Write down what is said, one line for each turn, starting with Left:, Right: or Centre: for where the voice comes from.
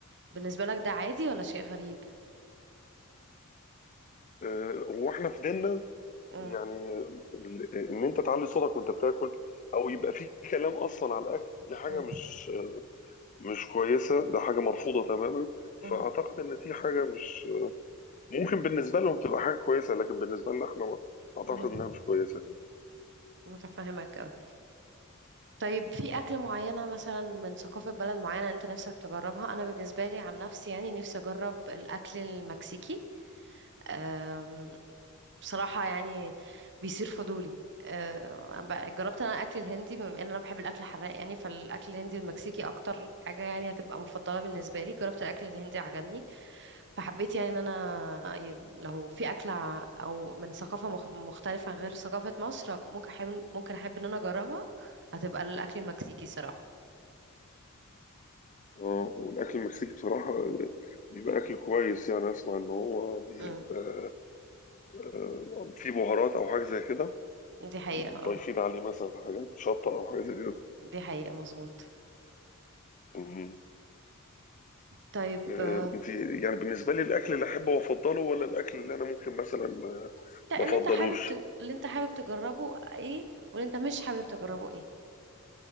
Right: بالنسبة لك ده عادي ولا شيء غريب؟
Left: آه، واحنا في ديننا
Right: مم.
Left: يعني ال- ان انت تعلي صوتك وانت بتاكل او يبقى في كلام اصلا على الاكل دي حاجه
Right: مم.
Left: مش مش كويسه ده حاجه مرفوضه تماما
Right: مم.
Left: فاعتقد ان دي حاجه مش ممكن بالنسبه لهم تبقى حاجه كويسه لكن بالنسبه لنا احنا اعتقد
Right: مم.
Left: انها مش كويسه يعني
Right: متفهمك أوي طيب في أكلة معينة مثلا من ثقافة بلد معينة أنت نفسك تجربها أنا بالنسبة لي عن نفسي يعني نفسي أجرب الأكل المكسيكي أم، بصراحة يعني بيصير فضولي آه، أنا بقى- جربت انا الاكل الهندي بما ان انا بحب الاكل الحراق يعني فالاكل الهندي والمكسيكي اكتر حاجة يعني هتبقى مفضلة بالنسبة لي جربت الاكل الهندي عجبني فحبيت يعني ان انا ي- لو في اكلة ع- او من ثقافة مخ- مختلفة غير ثقافة مصر ممكن احب ممكن احب ان انا اجربها هتبقى الاكل المكسيكي صراحة
Left: اه والاكل المكسيكي بصراحه بيبقى اكل كويس يعني اسمع ان هو بيبقى
Right: امم
Left: آه، في بهارات او حاجه زي كده
Right: دي حقيقة
Left: بيبقوا
Right: اه
Left: ضايفين عليه مثلا حاجات شطه او حاجه زي كده
Right: دي حقيقة مظبوط
Left: مم.
Right: طيب
Left: آه،
Right: آه،
Left: انت يعني بالنسبه لي الاكل اللي احبه وافضله ولا الاكل اللي انا ممكن مثلا ما
Right: انت
Left: ما
Right: اللي
Left: افضلوش
Right: انت حابب ت... اللي انت حابب تجربه ايه واللي انت مش حابب تجربه ايه